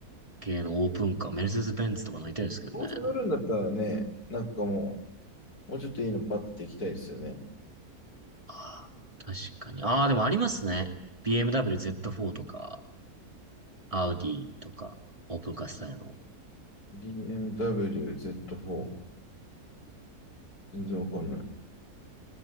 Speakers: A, on the right; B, on the left.
A: 系のオープンカー、メルセデス・ベンツとか乗りたいですけどね。
B: どうせ乗るんだったらね、なんかもう、もうちょっといいのバッて行きたいですよね。
A: ああ、確かに。ああ、でもありますね。BMW Z4 とか、アウディとか、オープンカースタイルの。
B: BMW Z4。全然わかんない。